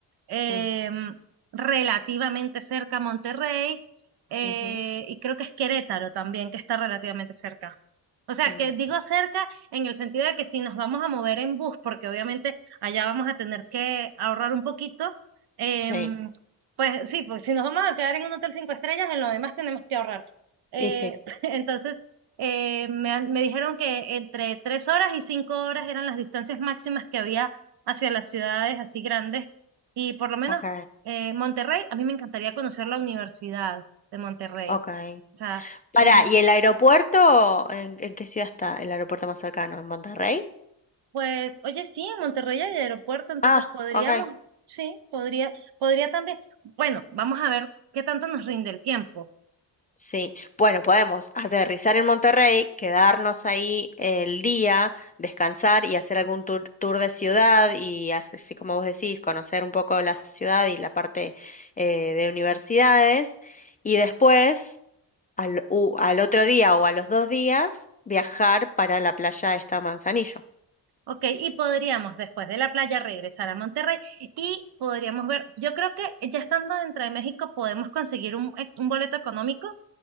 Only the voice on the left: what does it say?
Mm,
ujú,
mm.
Sí,
y sí.
Ok,
ok.
Pará,
¿y el aeropuerto? ¿En, en qué ciudad está? ¿El aeropuerto más cercano? ¿En Monterrey?
Ah,
ok.
Sí, bueno, podemos aterrizar en Monterrey, quedarnos ahí el día, descansar y hacer algún tour, tour de ciudad y as- así como vos decís, conocer un poco la ciudad y la parte eh, de universidades. Y después, al, u- al otro día o a los dos días, viajar para la playa esta Manzanillo.